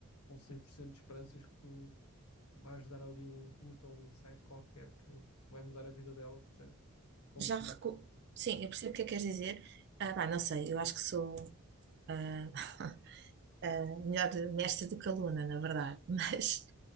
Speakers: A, on the left; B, on the right.
A: com 100% de esperanças que tu vais dar ali um input ou um insight qualquer que vai mudar a vida dela, percebes? Como
B: Já
A: se
B: recu... Sim, eu percebo o que é que queres dizer. Ah, pá, não sei, eu acho que sou. ah, <laughs> Uh, melhor mestre do que aluna, na verdade, <laughs> mas,